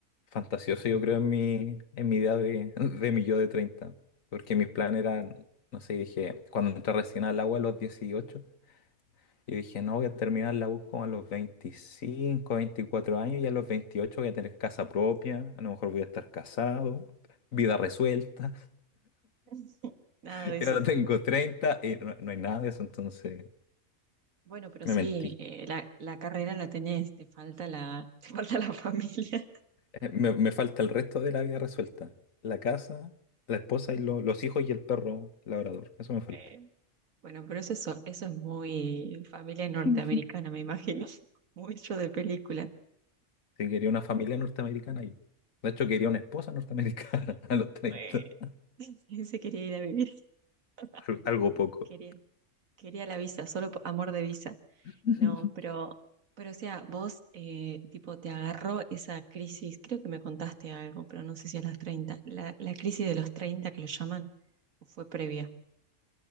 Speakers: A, on the left; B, on the right.
A: fantasioso, yo creo, en mi, en mi idea de, de mi yo de treinta Porque mis planes eran, no sé, dije, cuando entré recién al agua a los 18 y dije, no, voy a terminar la U como a los 25 24 años y a los 28 voy a tener casa propia, a lo mejor voy a estar casado, vida resuelta,
B: <laughs> Nada
A: <laughs>
B: de eso.
A: y ahora tengo 30 y no, no hay nada de eso, entonces
B: Bueno, pero
A: me
B: sí,
A: mentí.
B: eh, la, la carrera la tenés, te falta la, <laughs> te falta la familia.
A: Eh, Me, me falta el resto de la vida resuelta, la casa, la esposa y lo- los hijos y el perro labrador, eso me falta.
B: <laughs> Bueno, pero eso, eso, eso es muy familia
A: <laughs>
B: norteamericana, me imagino. <laughs> Mucho de película.
A: Sí, quería una familia norteamericana yo. De hecho, quería una esposa norteamericana <laughs> a los 30
B: Bueno, <laughs> se quería ir a vivir. <laughs>
A: al- algo poco.
B: Quería, quería la visa, solo por amor de visa.
A: <laughs>
B: No, pero, pero o sea, vos, eh, tipo, te agarró esa crisis, creo que me contaste algo, pero no sé si a las 30 la, la crisis de los 30 que lo llaman, o fue previa.